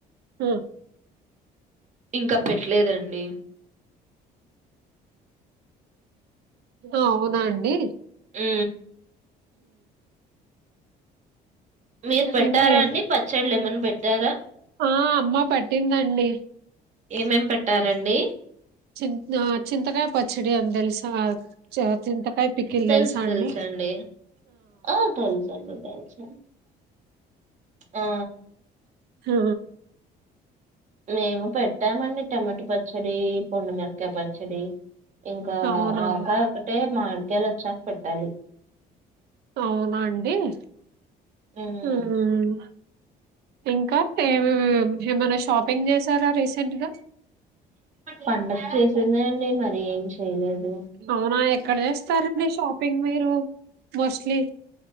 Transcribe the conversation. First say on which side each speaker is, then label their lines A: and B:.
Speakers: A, on the right; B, on the right.
A: ఉ
B: ఇంకా పెట్టలేదండి
A: అవునండి
B: ఉ మీరు పెట్టారాని
A: ఇంకా ఏం
B: పచ్చడి లేమని పెట్ట ఇంటారా
A: ఆ అమ్మా పట్టిందండి
B: ఏమేం పెట్టారండి
A: చింత చింతకాయ పచ్చడి అందెల్సా చింతకాయ పికిల్
B: తెలుసు
A: తెలుసా
B: తెలుసండి
A: అండి
B: ఆ తెలుసండి తెలుసు ఆ
A: ఆ,
B: మేము పెట్టామండి టమాటా పచ్చడి పొండుమిరకాయ పచ్చడి ఇంకా
A: అవునా
B: ఆకాయ ఒక్కటే మా నేలోచ్చక పెట్టాలి
A: అవునాండి అండి
B: ఉమ్
A: హ్మ్ ఇంకా ఏమ్ బుజ్జి ఏమన్నా షాప్ పింగ్ చేశారా రీసెంట్ గా
B: పండక్ చేసిందండి మరి ఏం చేయలే లేదు
A: అవునా ఎక్కడ జేస్తారండి షాపింగ్ మీరు మొస్లీ